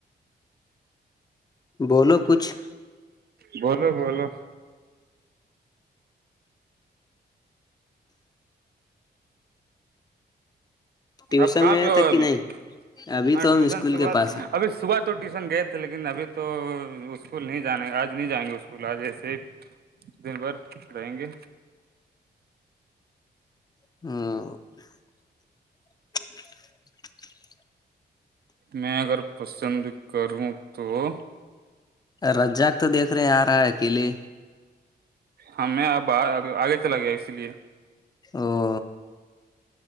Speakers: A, on the left; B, on the right.
A: بولو کچھ <unintelligible>
B: بولو بولو <unintelligible>
A: ٹیوشن
B: اب کہاں
A: گیا
B: پہ ہو
A: تھا
B: ابھی
A: کہ نہیں ابھی
B: ہاں
A: تو
B: ٹیوشن
A: ہم اسکول
B: صبح
A: کے پاس ہیں
B: ابھی صبح تو ٹیوشن گئے تھے لیکن ابھی تو اسکول نہیں جانے آج نہیں جائیں گے اسکول آ جیسے دن بھر رہیں گے
A: ہ <unintelligible> <inaudible>
B: میں اگر پسند کروں تو <unintelligible>
A: رجاق تو دیکھ رہے ہیں آ رہا ہے قلے
B: ہمیں اب آگے چلا گیا اسی لیے
A: ہاں <unintelligible>